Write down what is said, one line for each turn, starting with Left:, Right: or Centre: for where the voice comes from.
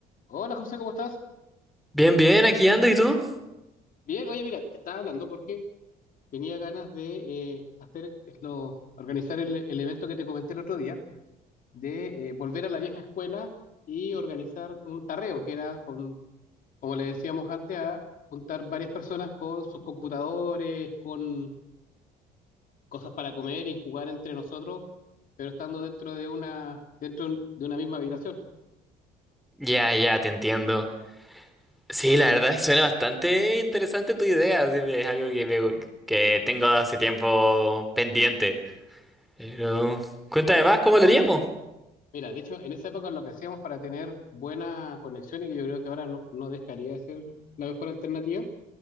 Left: Hola José, ¿cómo estás?
Centre: Bien, bien, aquí ando, ¿y tú?
Left: Bien, oye, mira, te estaba hablando porque tenía ganas de eh, hacer lo, organizar el, el evento que te comenté el otro día, de eh, volver a la vieja escuela y organizar un tarreo, que era, con, como le decíamos antes, a juntar varias personas con sus computadores, con cosas para comer y jugar entre nosotros, pero estando dentro de una, dentro de una misma habitación.
Centre: Ya, ya, te entiendo. Sí, la verdad es que suena bastante interesante tu idea, así que es algo que, me- que tengo hace tiempo pendiente. Pero, cuéntame más, ¿cómo lo haríamos?
Left: Mira, de hecho, en esa época lo que hacíamos para tener buena conexión y que yo creo que ahora no, no dejaría de ser la mejor alternativa